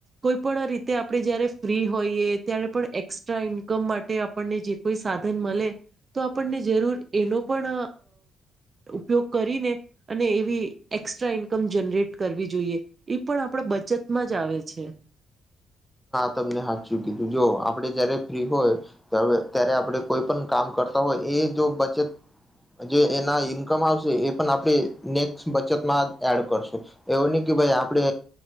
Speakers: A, on the right; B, in the centre.
A: કોઈ પણ રીતે આપણે જયારે ફ્રી હોઈએ ત્યારે પણ એસ્ટ્રા ઇન્કમ માટે આપણને જે કોઈ સાધન મળે તો આપણને જરૂર એનો પણ ઉપયોગ કરીને અને એવી એસ્ટ્રા ઈન્કમ જનરેટ કરવી જોઈએ એ પણ આપણા બચતમાં જ આવે છે
B: તમને હાચુ કીધું જો આપડે જયારે ફ્રી હોય ત્યારે આપણે કોઈ પણ કામ કરતા હોય એ જો બચત જે એના ઈન્કમ આવશે એ પણ આપણે નેક્સ્ટ બચતમાં એડ કરશું એવું નહી કે ભાઈ આપડે